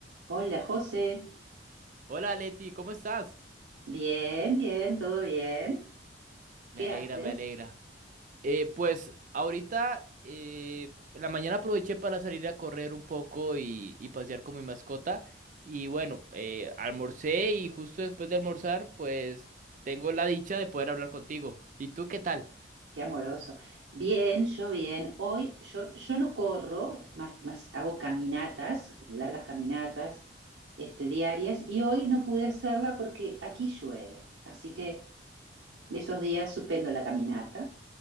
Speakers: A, on the right; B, on the right.
A: Hola José,
B: Hola Leti, ¿cómo estás?
A: bien, bien, todo bien.
B: Me
A: ¿Qué
B: alegra,
A: haces?
B: me alegra. Eh, pues ahorita eh, en la mañana aproveché para salir a correr un poco y, y pasear con mi mascota. Y bueno, eh, almorcé y justo después de almorzar, pues tengo la dicha de poder hablar contigo. ¿Y tú qué tal?
A: Qué amoroso. Bien, yo bien. Hoy yo, yo no corro, más, más hago caminatas, largas caminatas, este, diarias, y hoy no pude hacerla porque aquí llueve. Así que esos días suspendo la caminata.